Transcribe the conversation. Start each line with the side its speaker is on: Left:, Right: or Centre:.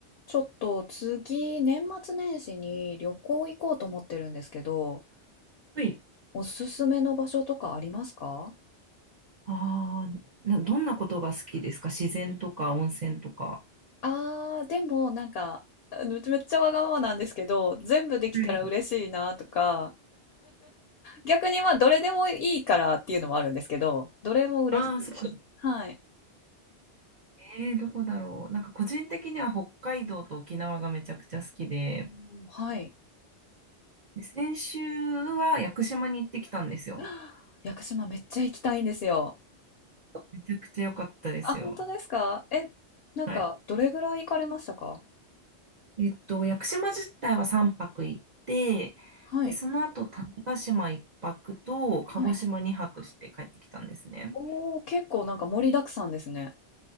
Left: ちょっと次、年末年始に旅行行こうと思ってるんですけど、
Right: はい。
Left: おすすめの場所とかありますか
Right: ああ、な、どんなことが好きですか自然とか温泉とか。
Left: あー、でもなんか、あのめっちゃわがままなんですけど、全部できたら嬉しいなとか、
Right: はい。
Left: 逆にまあどれでもいいからっていうのもあるんですけど、どれも嬉しい。
Right: ああ、そっか。
Left: はい。
Right: えー、どこだろう。なんか個人的には北海道と沖縄がめちゃくちゃ好きで、
Left: おーはい。
Right: で先週は屋久島に行ってきたんですよ。
Left: <gasps> 屋久島めっちゃ行きたいんですよ。
Right: めちゃくちゃ良かったですよ。
Left: あ、本当ですかえ、なんか、
Right: はい。
Left: どれぐらい行かれましたか
Right: えっと、屋久島自体は3泊行って、
Left: はい、
Right: で、その後種子島1泊と鹿児島2泊して帰ってきたんですね。
Left: はい。おー、結構なんか盛りだくさんですね。